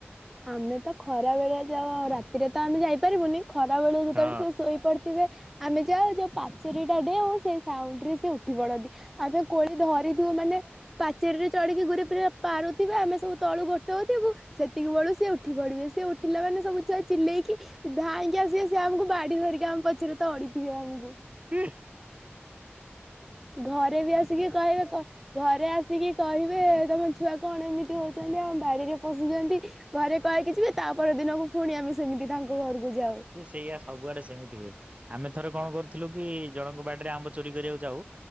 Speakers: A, in the centre; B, on the right.
A: ଆମେ ତ ଖରା ବେଳିଆ ଯାଉ ଆଉ ରାତିରେ ତ ଆମେ ଯାଇ ପାରିବୁନି। ଖରା ବେଳିଆ ଯେତେବେଳେ
B: ହଁ।
A: ସେ ଶୋଇ ପଡିଥିବେ। ଆମେ ଯାଉ ଯୋଉ ପାଚେରୀ ଟା ଡେଉଁ ସେଇ ସାଉଣ୍ଡରେ ସେ ଉଠି ପଡନ୍ତି। ଆମେ କୋଳି ଧରିଥିବୁ ମାନେ। ପାଚେରୀରେ ଚଢିକି ଗୁରେ ପୁରା ପାରୁଥିବେ ଆମେ ସବୁ ତଳୁ ଗୋଟେ ଟଉ ଥିବୁ ସେତିକି ବେଳୁ ସେ ସେ ଉଠି ପଡିବେ ସେ ଉଠିଲା ମାନେ ସବୁ ଛୁଆ ଚିଲେଇକି। ଧାଇଁକି ଆସିବେ ସେ ଆମକୁ ବାଡି ଧରିକି ଆମ। ପଛରେ ତଡିଥିବେ ଆମକୁ।
B: ହ
A: ଘରେ ବି ଆସିକି କହିବେ ଘ ଘରେ ଆସ କିି କହିବେ ତମ ଛୁଆ କଣ ଏମିତି ହଉଛନ୍ତି ଆମ ବାଡିରେ ପଶୁଛନ୍ତି ଘରେ କହିକି ଯିବେ ତାପର ଦିନକୁ ପୁଣି ଆମେ ସେମିତି ତାଙ୍କ ଘରକୁ ଯାଉ।
B: ସେ ସେଇଆ ସବୁଆଡେ ସେମିତି ହୁଏ ଆମେ। ଥରେ କଣ କରୁଥିଲୁ କି ଜଣଙ୍କ ବାଡିରେ ଆମ୍ବ ଚୋରି କରିବାକୁ ଯାଉ